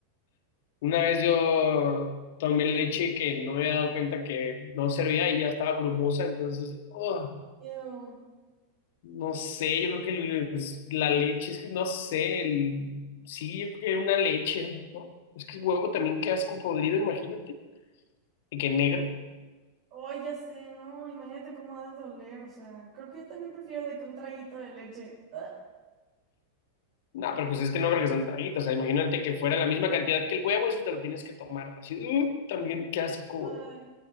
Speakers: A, on the left (about 55°); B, on the right (about 45°).
A: Una vez yo tomé leche que no me había dado cuenta que no servía y ya estaba grumosa, entonces, ¡oh!
B: Ew.
A: No sé, yo creo que el- la leche, es que no sé, el- sí, yo creo que una leche, ¿no? Es que el huevo también qué asco podrido, imagínate, y que negro
B: Ay, ya sé, no, imagínate cómo ha de doler, o sea, creo que yo también prefiero de que un traguito de leche. Ah,
A: No, pero pues es que no creo que son traguitos, o sea, imagínate que fuera la misma cantidad que el huevo, eso te lo tienes que tomar. Así, uh, también qué asco,
B: ay,
A: güey.